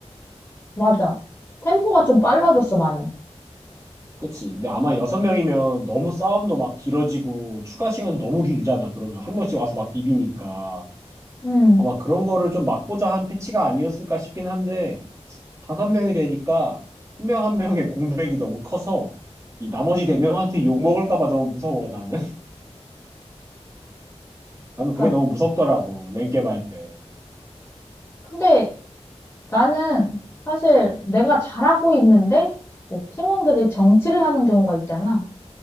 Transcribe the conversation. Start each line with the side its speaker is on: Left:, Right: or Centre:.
Left: 맞아. 템포가 좀
Right: 어,
Left: 빨라졌어,
Right: 이-
Left: 많이.
Right: 그치. 근데 아마 여섯 명이면 너무 싸움도 막 길어지고 추가 시간도 너무 길잖아. 그러면 한 명씩 와서 막 비비니까.
Left: 음.
Right: 아마 그런 거를 좀 막고자 한 패치가 아니었을까 싶긴 한데 다섯 명이 되니까 한 명 한 명의 공백이 너무 커서 이 나머지 네 명한테 욕 먹을까 봐 너무 무서워, 나는. 나는 그게
Left: 그러니까
Right: 너무 무섭더라고. 랭겜 할 때.
Left: 근데 나는 사실 내가 잘하고 있는데 내 팀원들이 정치를 하는 경우가 있잖아.